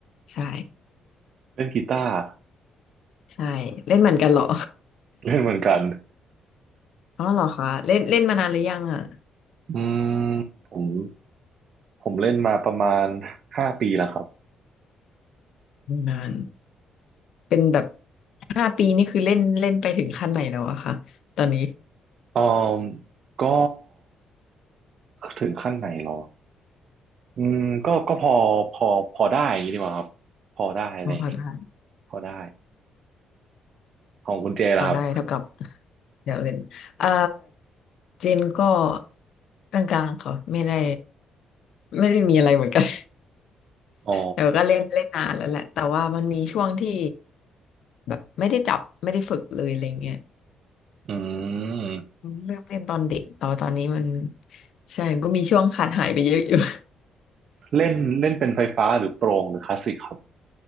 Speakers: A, on the left (about 70°); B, on the right (about 60°).
A: ใช่
B: เล่นกีตาร์
A: ใช่เล่นเหมือนกันเหรอ
B: เล่นเหมือนกัน
A: อ๋อเหรอคะเล่นเล่นมานานหรือยังอ่ะ
B: อืมผมผมเล่นมาประมาณห้าปีแล้วครับ
A: นานเป็นแบบห้าปีนี่คือเล่นเล่นไปถึงขั้นไหนแล้วอะคะตอนนี้
B: อืมก็ถึงขั้นไหนหรออืมก็ก็พอพอพอได้อย่างนี้ดีกว่าครับพอได้อะไรอย่างเงี้ย
A: อ๋อพอได้
B: พอได้ของคุณเจล่ะครับ
A: พอได้เท่ากับเดี๋ยวเล่นเอ่อเจนก็กลางๆค่ะไม่ได้ไม่ได้มีอะไรเหมือนกัน
B: อ๋อ
A: เดี๋ยวก็เล่นเล่นนานแล้วแหละแต่ว่ามันมีช่วงที่แบบไม่ได้จับไม่ได้ฝึกเลยอะไรเงี้ย
B: อืม
A: เลือกเล่นตอนเด็กต่อตอนนี้มันใช่ก็มีช่วงขาดหายไปเยอะอยู่ <laughs>
B: เล่นเล่นเป็นไฟฟ้าหรือโปร่งหรือคลาสสิกครับ